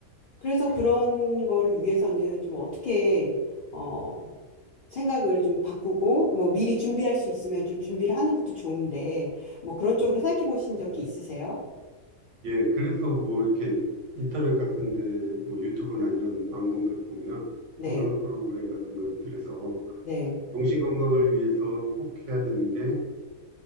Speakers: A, on the left; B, on the right.
A: 그래서 그런 거를 위해서는 좀 어떻게 어 생각을 좀 바꾸고 뭐 미리 준비할 수 있으면 좀 준비를 하는 것도 좋은데 뭐 그런 쪽으로 생각해 보신 적이 있으세요?
B: 예, 그래서 뭐 이렇게 인터넷 같은데 뭐 유튜브나 이런 방송들 보면
A: 네.
B: 건강 프로그램 같은 것들에서
A: 네.
B: 정신 건강을 위해서 꼭 해야 되는 게